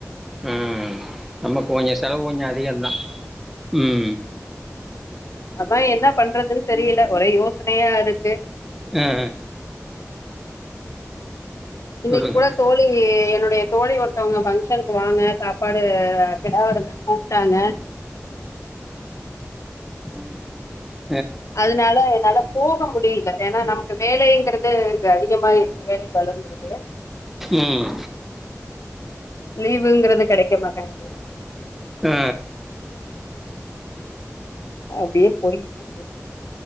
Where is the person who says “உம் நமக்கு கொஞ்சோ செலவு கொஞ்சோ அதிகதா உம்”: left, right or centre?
Centre